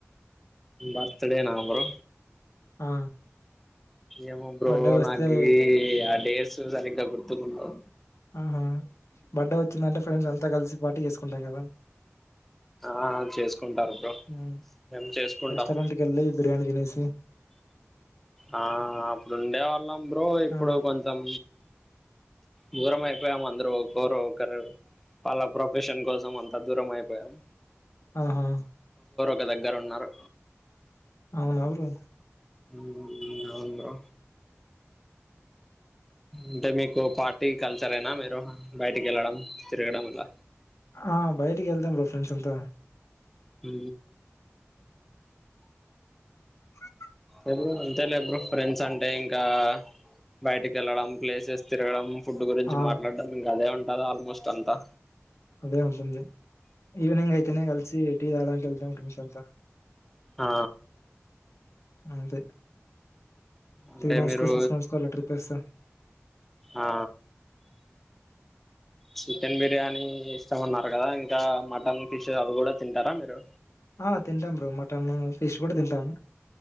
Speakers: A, in the centre; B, on the left (about 70°).
A: బర్త్ డే నా బ్రో
B: ఆ
A: ఏమో బ్రో
B: బర్త్డే వస్తే
A: నాకి ఆ డేర్స్ సరిగ్గా గుర్తుకుండవ్
B: ఆహా బర్త్డే వచ్చిందంటే ఫ్రెండ్స్ అంతా కలిసి పార్టీ చేసుకుంటాం కదా
A: ఆ చేసుకుంటారు బ్రో
B: ఆ
A: మేము చేసుకుంటాం
B: రెస్టరెంట్ కి వెళ్లి బిర్యానీ తీనేసి
A: ఆ అప్పుడు ఉండే వాళ్ళం బ్రో ఇప్పుడు
B: ఆ!
A: కొంచెం దూరం అయిపోయాము అందరు ఒక ఒకరో ఒకరు వాళ్ళ ప్రొఫెషన్ కోసం అంతా దూరం అయిపోయాం
B: ఆహా
A: క దగ్గర ఉన్నారు
B: అవున బ్రో
A: ఊ అవున్ బ్రో అంటే మీకు పార్టీ కల్చరేనా మీరు బయటి కి వెళ్ళడం తిరగడం ఆల
B: ఆ బయటికి వెళ్తాం బ్రో ఫ్రెండ్స్ అంత
A: ఊ
B: అ
A: ఎప్పుడూ అంతే లే బ్రో ఫ్రెండ్స్ అంటే ఇంకా బయటికి వెళ్లడం ప్లేసెస్ తిరగడం ఫుడ్ గురించి
B: ఆ
A: మాట్లాడడం ఇంకా అదే ఉంటది ఆల్మోస్ట్ అంతా
B: అదే ఉంటుందింది ఈవినింగ్ అయితేనే కలిసి టీ తాగడానికి వెళ్తాం ఫ్రెండ్స్ అంతా
A: ఆ
B: అంతే
A: అంటే
B: త్రీ మంత్స్
A: మీరు
B: కో సిక్స్ మంత్స్ కో అలా ట్రిప్ వేస్తాం
A: ఆ చికెన్ బిర్యానీ ఇష్టం ఆన్నారు కదా ఇంకా మటన్ ఫిష్ అవి కూడా తింటార మిరు
B: ఆ తింటాం బ్రో మటన్ ఫిష్ కూడా తింటాము